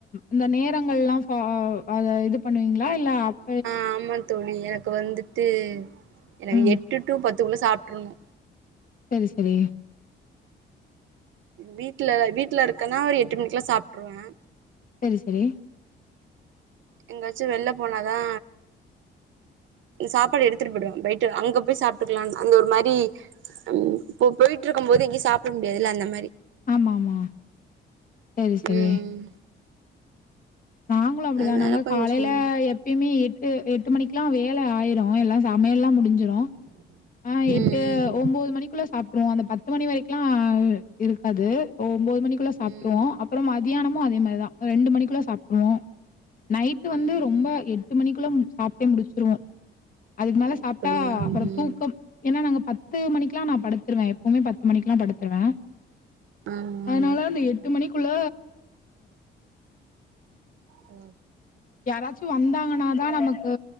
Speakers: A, on the left; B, on the right.
A: இந்த நேரங்கள்லா ஃபா அது இது பண்ணுவீங்ளா இல்ல ஆப்
B: ஆ ஆமா தோழி எனக்கு வந்துட்டு எனக்கு
A: ம்.
B: எட்டு டூ பத்துக்குள்ள சாப்ட்ருணு
A: செரி செரி
B: வீட்லல வீட்ல இருக்கன்னா ஒரு எட்டு மணிக்குலா சாப்ட்ருவே
A: செரி செரி
B: எங்காச்சு வெள்ல போனாதா சாப்பாடு எடுத்துட்டு போயிடுவ போயிட்டு அங்க போய் சாப்ட்டுக்கலான்னு அங்க ஒரு மாரி ம் இப்போ போயிட்ருக்கு போது எங்கயு சாப்ட முடியாதுல்ல அந்த மாரி
A: ஆமா ஆமா செரி செரி
B: ம்
A: நாங்களு அப்டிதா
B: அதனால
A: நாங்க
B: கொஞ்சம்
A: காலேல எப்பயுமே எட்டு எட்டு மணிக்கெல்லா வேல ஆயிரும் எல்லா சமயல்லாம் முடிஞ்சிடு ஆ எட்டு
B: ம்
A: ஒன்பது மணிக்குள்ள சாப்ட்ருவோ அந்த பத்து பத்து மணி வரைக்குலாம் இருக்காது ஒன்பது மணிக்குள்ள சாப்ட்ருவோம்
B: ம் ம்
A: அப்பறம் மதியானமும் அதே மாரி தா ரெண்டு மணிக்குள்ள சாப்டுருவோ நைட்டு
B: ம்
A: வந்து ரொம்ப
B: ம்
A: எட்டு மணிக்குள்ள சாப்ட்டே முடிச்சிருவோ அதுக்கு மேல
B: அப்படியா
A: சாப்ட்டா
B: ம்
A: அப்பற தூக்கம் ஏன்னா நாங்க பத்து மணிக்கெல்லாம் நா படுத்துருவேன் எப்பமே பத்து மணிக்கல்லா படுத்துருவே
B: ஆமா ஆமா
A: அதனால அந்த
B: ம்
A: எட்டு மணிக்குள்ள
B: ஒ
A: யாராச்சு வந்தாங்கன்னாதா நமக்கு